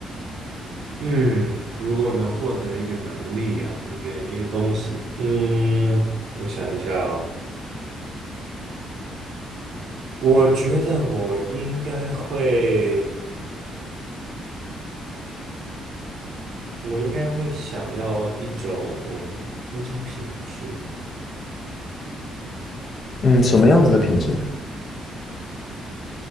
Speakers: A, on the right (about 75°); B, on the left (about 45°).
A: 嗯如果能获得一个能力啊，一个一个东西，嗯，我想一下哦，我觉得我应该会，我应该会想要一种那种品质，
B: 嗯，什么样子的品质呢？